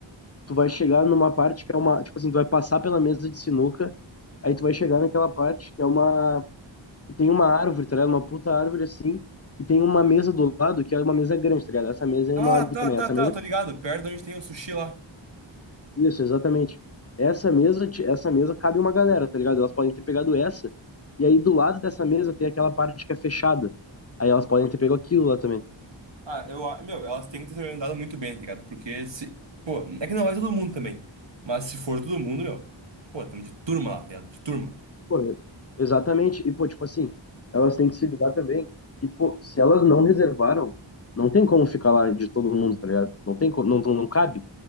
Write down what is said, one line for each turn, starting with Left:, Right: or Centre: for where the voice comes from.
Left: tu vai chegar numa parte que é uma, tipo assim, tu vai passar pela mesa de sinuca, aí tu vai chegar naquela parte que é uma, que tem uma árvore, tá ligado? Uma puta árvore assim, e tem uma mesa do lado que é uma mesa grande, tá ligado? Essa mesa é
Right: Ah,
Left: enorme
Right: tá,
Left: também,
Right: tá,
Left: essa
Right: tá,
Left: mesa
Right: tô ligado. Perto de onde tem o sushi lá.
Left: Isso, exatamente. Essa mesa, ti- essa mesa cabe uma galera, tá ligado? Elas podem ter pegado essa, e aí do lado dessa mesa tem aquela parte que é fechada. Aí elas podem ter pego aquilo lá também.
Right: Ah, eu, a- meu, elas têm que ter se organizado muito bem, tá ligado? Porque se. Pô, é que não é todo mundo também. Mas se for todo mundo, meu. Pô, tamo de turma lá, tá ligado? De turma.
Left: Pô, é- exatamente. E, pô, tipo assim, elas têm que se ligar também que, pô, se elas não reservaram, não tem como ficar lá de todo mundo, tá ligado? Não tem como, não, não cabe.